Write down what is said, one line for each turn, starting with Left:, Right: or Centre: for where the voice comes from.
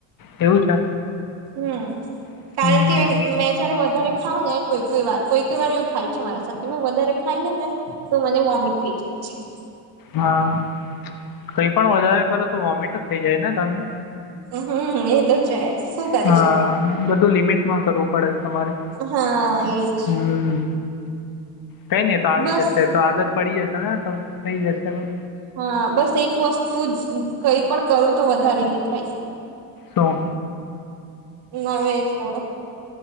Left: એવું છે
Right: હમ
Left: હમ
Right: કારણ કે મેં જયારે વધારે ખાવ ને કોઈ કોઈ વાર કોઈ કઈ વાર એવું થાય છે મારા સાથે મે વધારે ખાઈ લઉં ને તો મને વોમિટ થઈ જાય અચ્છા
Left: હા કઈ પણ વધારે કરો તો વોમિટ જ થઈ જાય ને ધનને
Right: હમ એ તો જ છે શું કરી
Left: હા
Right: શકે
Left: બધું લિમિટમાં કરવું પડે તમારે
Right: હા એજ
Left: હમ કઈ નહી તો આવી
Right: બસ
Left: જશે તો આદત પડી જશે ને તો. થઈ જશે બધું
Right: હા બસ એક વસ્તુજ કઈ પણ કરું તો વધારે નહી થાય.
Left: શું
Right: ના આવે એ છોડે.